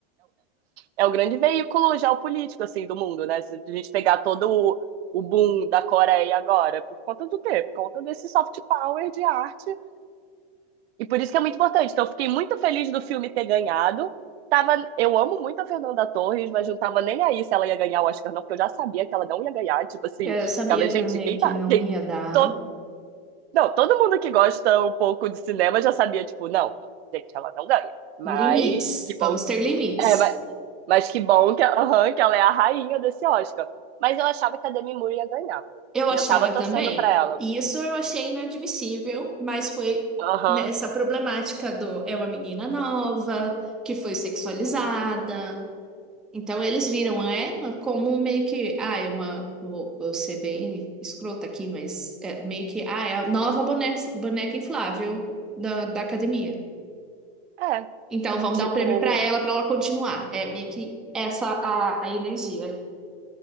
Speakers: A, on the right; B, in the centre.
A: é o grande veículo geopolítico, assim, do mundo, né? Se a gente pegar todo o, o boom da Coreia agora, por conta do quê? Por conta desse soft power de arte. E por isso que é muito importante. Então, eu fiquei muito feliz do filme ter ganhado. Tava, eu amo muito a Fernanda Torres, mas não tava nem aí se ela ia ganhar o Oscar, não, porque eu já sabia que ela não ia ganhar. Tipo assim,
B: Eu sabia
A: ficava, gente,
B: também
A: quem
B: que
A: tá.
B: não
A: Quem,
B: ia dar
A: to, não, todo mundo que gosta um pouco de cinema já sabia, tipo, não, gente, ela não ganha. Mas
B: limites.
A: que bom.
B: Vamos ter limites.
A: É, mas que bom que, aham, que ela é a rainha desse Oscar. Mas eu achava que a Demi Moore ia ganhar.
B: Eu achava
A: E eu tava torcendo
B: também.
A: pra ela.
B: E isso eu achei inadmissível, mas foi
A: Aham.
B: nessa problemática do é uma menina nova, que foi sexualizada. Então eles viram ela como meio que, ah, é uma, vou, vou ser bem escrota aqui, mas é meio que, ah, é a nova bone- boneca, inflável da, da academia.
A: É,
B: Então vamos
A: tipo,
B: dar o prêmio pra ela pra ela continuar. É meio que essa a, a energia.